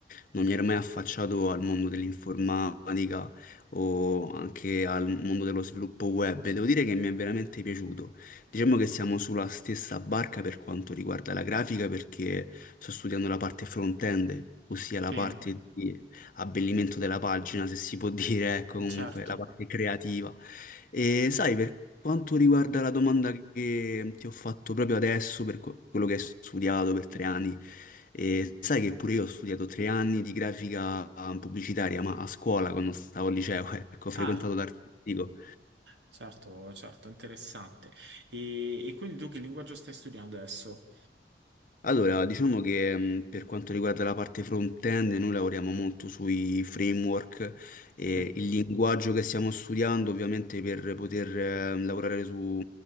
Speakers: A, on the left; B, on the right.
A: non mi ero mai affacciato al mondo dell'informatica o anche al mondo dello sviluppo web e devo dire che mi è veramente piaciuto. Diciamo che siamo sulla stessa barca per quanto riguarda la grafica perché sto studiando la parte front-end. ossia la
B: Sì,
A: parte di abbellimento della pagina, se si può dire, ecco, comunque
B: certo.
A: la parte creativa. E sai, per quanto riguarda la domanda che ti ho fatto proprio adesso, per co- quello che hai studiato per tre anni, e sai che pure io ho studiato tre anni di grafica ah, pubblicitaria, ma a scuola quando stavo al liceo, <laughs> ecco, ho frequentato
B: Ah.
A: l'artistico.
B: Certo, certo, interessante. E, e quindi tu che linguaggio stai studiando adesso?
A: Allora, diciamo che mh, per quanto riguarda la parte front-end, noi lavoriamo molto sui framework e
B: Sì.
A: il linguaggio che stiamo studiando, ovviamente per poter eh, lavorare su